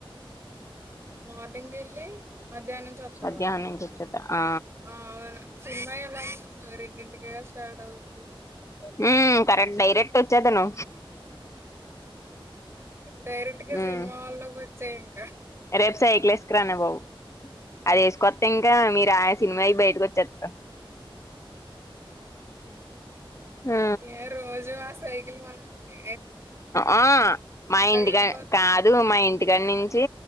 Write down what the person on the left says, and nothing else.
మధ్యాహ్నం నుంచి వచ్చేత్తా ఆ
హుమ్మ్ కరెక్ట్ డైరెక్ట్ వచ్చేదను
ఉమ్
రేపు సైకిల్ ఏసుకు రానియవ్ అది వేసుకొత్తే ఇంగా మీరు ఆ సినిమా బయిటికొచ్చేత ఆ
ఆ మా ఇంటికా
కాదు మా ఇంటి నుంచి